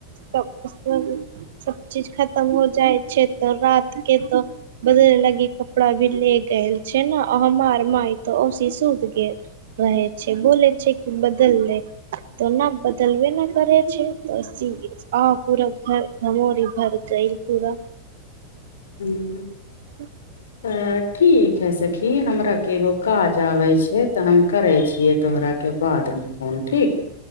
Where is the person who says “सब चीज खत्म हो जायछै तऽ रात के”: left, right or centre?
Right